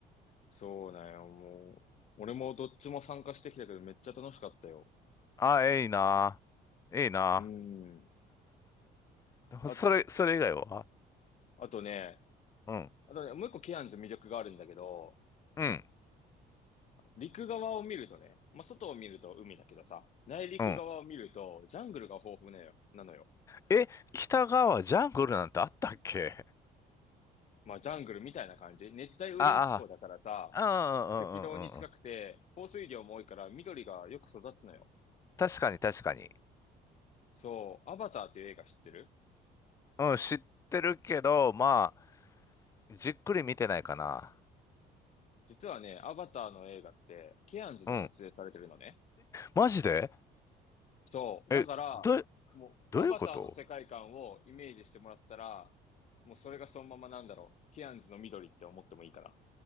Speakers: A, on the left; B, on the left.
A: そうなんよ、もう。俺もどっちも参加してきたけどめっちゃ楽しかったよ。
B: ああ、いいな。いいな。
A: うん。あ、
B: それ、それ以外は
A: あとね、
B: うん。
A: あとね、もう一個キアンズ魅力があるんだけど、
B: うん。
A: 陸側を見るとね、まあ、外を見ると海だけどさ、内陸側を見るとジャングルが豊富なよなのよ。
B: うん。え、北側ジャングルなんてあったっけ
A: まあ、ジャングルみたいな感じ。熱帯雨林気候だからさ、
B: ああ、ああうんうんうんうんうん。
A: 赤道に近くて、降水量も多いから緑がよく育つのよ。
B: 確かに確かに。
A: そう、アバターっていう映画知ってる
B: うん、知ってるけど、まあ、じっくり見てないかな。
A: 実はね、アバターの映画って、ケアンズで撮影されてるのね。
B: うん。マジで
A: そう、だから、
B: え、ど、
A: もう、
B: どういうこと
A: アバターの世界観をイメージしてもらったら、もうそれがそのままなんだろう。ケアンズの緑って思ってもいいから。